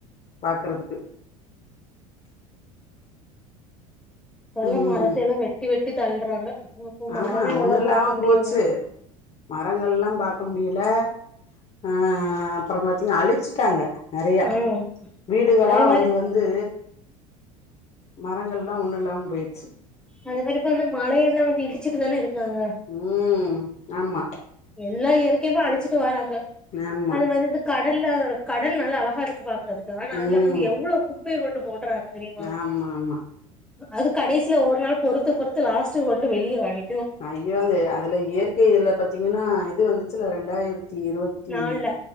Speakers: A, on the left (about 35°); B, in the centre.
A: பாக்குறதுக்கு
B: இப்பெல்லா
A: ம்
B: மரத்த லா வெட்டி வெட்டி தள்றாங்க அப்போ
A: ஆமா
B: மரமே அவ்ளவா
A: ஒன்னுல்லாம
B: பாக்க முடியாதுங்க
A: போச்சு மரங்கள்லா பாக்க முடியல அ அப்றொ பாத்திங்னா அழுச்சுட்டாங்க நெறையா
B: ஆ
A: வீடுகளா
B: அதே மாரி
A: வந்து வந்து மரங்கள்லா ஒன்னு இல்லாம போயிர்ச்சு
B: அதே மாரி இப்ப வந்து மலையெல்லா வந்து இடிச்சிட்டு தானே இருக்காங்க
A: ம் ஆமா
B: எல்லா இயற்கைவு அழிச்சிட்டு வாராங்க
A: ஆமா
B: அது வந்து கடல்ல கடல் நல்லா அழகா இருக் பாக்குறதுக்கு ஆனா
A: ம்
B: அதுல வந்து எவ்ளோ குப்பைய கொண்டு போட்றாங்க தெரியுமா
A: ஆமா ஆமா
B: அது கடைசில ஒரு நாள் பொறுத்து பொறுத்து லாஸ்ட்டு கொண்டு வெளிய வா நிக்கு
A: அய்யோ அது அதுல இயற்கைல்ல பாத்திங்கன்னா இது வந்துச்சுல ரெண்டாயிரத்தி இருவத் தி
B: நாள்ல